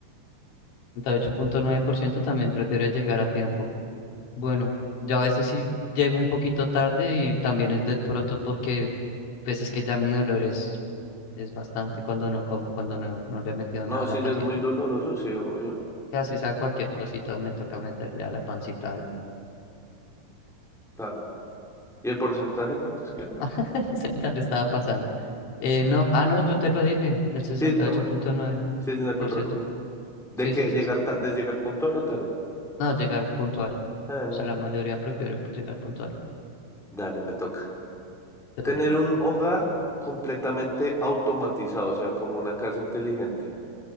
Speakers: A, on the left (about 80°); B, in the centre.
A: 38.9% también prefiere llegar a tiempo. Bueno, yo a veces sí llego un poquito tarde y también es de pronto porque pues es que ya mi dolor es, es bastante cuando no como, cuando no, no le he metido
B: No,
A: nada a
B: sí,
A: la pancita.
B: ya es muy doloroso, sí, obvio.
A: Casi sea cualquier cosita me toca meterle a la pancita algo.
B: Claro. ¿Y el porcentaje cuánto es que era?
A: <laughs> Ya le estaba pasando. Eh, no, ah, no, yo te lo dije, el sesenta
B: Sí, no
A: y ocho
B: me...
A: punto nueve
B: Sí, sí, no que
A: por
B: no
A: ciento
B: recuerdo. ¿De
A: Sí,
B: qué?
A: sí, sí,
B: ¿Llegar
A: sí.
B: ta- ¿De llegar puntual o tarde?
A: No, llegar puntual.
B: Ah,
A: O sea, la mayoría prefiere pues, llegar puntual.
B: dale, me toca.
A: De
B: Tener
A: una.
B: un hogar completamente automatizado, o sea, como una casa inteligente.